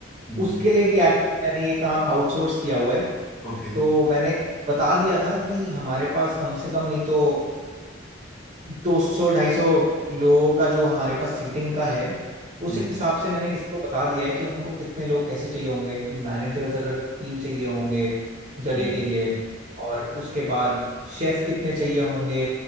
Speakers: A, in the centre; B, on the right.
A: हम्म
B: उसके लिए भी एक्चुअली मैंने ये काम आउटसोर्स किया हुआ है
A: ओके
B: तो मैंने बता दिया था कि हमारे पास कम से कम नहीं तो दो सौ ढाई सौ लोगों का जो हमारे पास सीटिंग का है उस
A: हम्म
B: हिसाब
A: हम्म
B: से मैंने किसी को बता दिया है कि हमको कितने लोग कैसे चाहिए होंगे कि मैनेजर्स अगर तीन चाहिए होंगे जगह
A: हम्म।
B: के लिए और उसके बाद शेफ कितने चाहिए होंगे